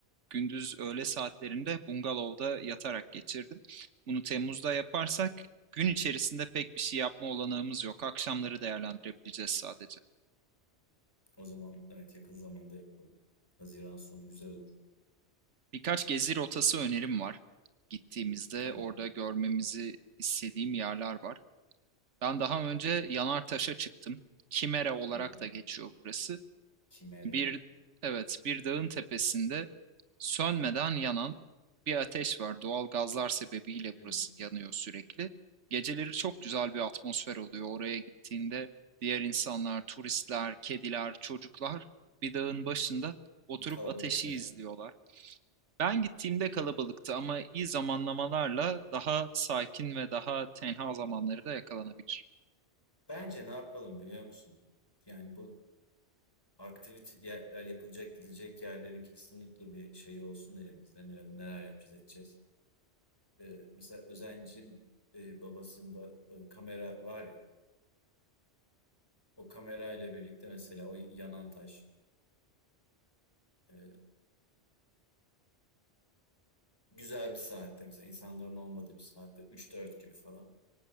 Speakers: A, on the right (about 80°); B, on the left (about 20°).
A: gündüz öğle saatlerinde bungalovda yatarak geçirdim. Bunu Temmuz'da yaparsak gün içerisinde pek bir şey yapma olanağımız yok. Akşamları değerlendirebileceğiz sadece.
B: O zaman evet yakın zamanda yapalım. Haziran sonu güzel olur.
A: Birkaç gezi rotası
B: Ee,
A: önerim var. Gittiğimizde
B: Tamam.
A: orada görmemizi istediğim yerler var. Ben daha önce Yanartaş'a çıktım. Kimera olarak
B: Hı hı.
A: da geçiyor burası.
B: Kimere.
A: Bir, evet, bir dağın tepesinde sönmeden yanan bir ateş var. Doğal gazlar sebebiyle
B: Hı hı.
A: burası yanıyor sürekli. Geceleri çok güzel bir atmosfer oluyor. Oraya gittiğinde diğer insanlar, turistler, kediler, çocuklar bir dağın başında oturup
B: Kalabalık
A: ateşi
B: da yani.
A: izliyorlar. Ben gittiğimde kalabalıktı ama iyi zamanlamalarla daha sakin ve daha tenha zamanları da yakalanabilir.
B: Bence ne yapalım biliyor musun? Yani bu Aktiviteler yapılacak, gidecek yerlerin kesinlikle bir şeyi olsun elimizde. Neler, neler yapacağız, edeceğiz. Ee, mesela Özencin e, babasında e, kamera var ya. O kamera ile birlikte mesela o yanan taş e, güzel bir saatte mesela insanların olmadığı bir saatte üç dört gibi falan